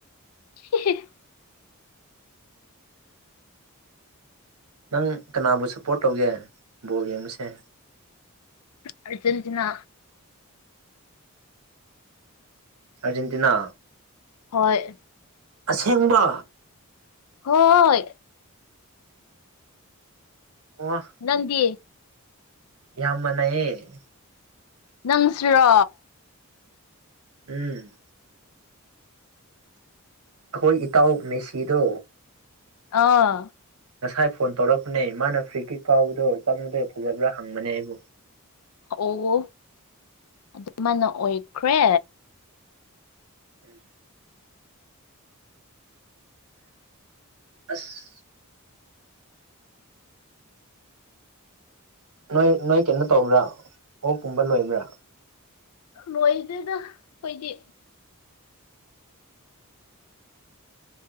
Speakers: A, on the left (about 80°); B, on the right (about 85°).
A: <unintelligible>
B: ꯅꯪ ꯀꯅꯥꯕꯨ ꯁꯞꯄꯣꯔꯠ ꯇꯧꯒꯦ ꯕꯣꯜ ꯌꯦꯡꯕꯁꯦ
A: ꯑꯥꯔꯖꯦꯟꯇꯤꯅꯥ
B: ꯑꯥꯔꯖꯦꯟꯇꯤꯅꯥ
A: ꯍꯣꯏ
B: ꯑꯁꯦꯡꯕ
A: ꯍꯣꯏ
B: ꯑꯣ
A: ꯅꯪꯗꯤ
B: ꯌꯥꯝ ꯃꯥꯟꯅꯩꯌꯦ
A: ꯅꯪꯁꯨꯔꯣ
B: ꯎꯝ ꯑꯈꯣꯏ ꯏꯇꯥꯎ ꯃꯦꯁꯤꯗꯣ
A: ꯑꯥ
B: ꯉꯁꯥꯏ ꯐꯣꯟ ꯇꯧꯔꯛꯄꯅꯦ ꯃꯥꯅ ꯐ꯭ꯔꯤꯀꯤꯛ ꯀꯥꯎꯕꯗꯣ ꯆꯪꯕꯗꯣ ꯐꯖꯕ꯭ꯔꯥ ꯍꯪꯕꯅꯦ ꯑꯩꯕꯨ
A: ꯑꯣ ꯑꯗꯨꯃꯥꯢꯅ ꯑꯣꯏꯈ꯭ꯔꯦ
B: ꯎꯝ ꯑꯁ ꯅꯣꯏ ꯅꯣꯏ ꯀꯩꯅꯣ ꯇꯧꯕ꯭ꯔꯥ ꯑꯣꯛꯀꯨꯝꯕ ꯂꯣꯏꯕ꯭ꯔꯥ
A: ꯂꯣꯏꯗꯦꯗ ꯈꯣꯏꯗꯤ